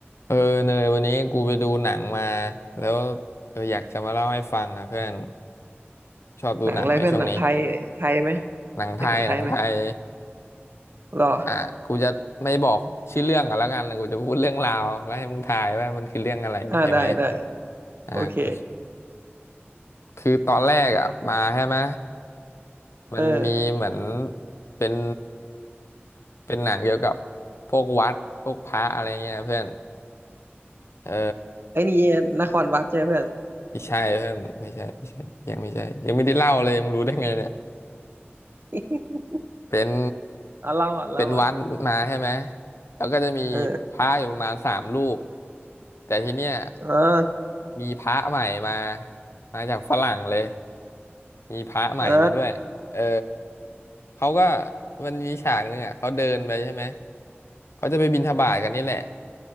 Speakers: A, on the left; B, on the right.
A: เออเนยวันนี้กูไปดูหนังมาแล้วเอออยากจะมาเล่าให้ฟังอ่ะเพื่อนชอบดูหนังไหมช่วงนี้
B: หนังอะไรเพื่อนหนังไทยไทยไหม
A: หนังไทยหนังไทย
B: ใช่ของไทยไหมรอ
A: อ่ะกูจะไม่บอกชื่อเรื่องกันแล้วกันกูจะพูดเรื่องราวแล้วให้มึงทายว่ามันคือเรื่องอะไรใช่ไหม
B: อ่าได้ได้
A: อ่ะกู
B: โอเค
A: คือตอนแรกอ่ะมาใช่ไหมมันมีเหมือน
B: เออ
A: เป็นเป็นหนังเกี่ยวกับพวกวัดพวกพระอะไรเงี้ยเพื่อนเออ
B: ไอ้นี่นครวัดใช่ไหมเพื่อน
A: ไม่ใช่เพื่อนไม่ใช่ไม่ใช่ยังไม่ใช่ยังไม่ได้เล่าเลยมึงรู้ได้ไงเนี่ย
B: <laughs>
A: เป็น
B: เอาเล่าก่อนเล่าก่อน
A: เป็นวัดมาใช่ไหม แล้วก็จะมีพระอยู่ประมาณสามรูป
B: เออ
A: แต่ทีเนี้ย
B: เออ
A: มีพระใหม่มามาจากฝรั่งเลยมีพระใหม่มาด้วยเออ
B: เออ
A: เขาก็มันมีฉากหนึ่งอ่ะเขาเดินไปใช่ไหม เขาจะไปบิณฑบาตกันนี่แหละ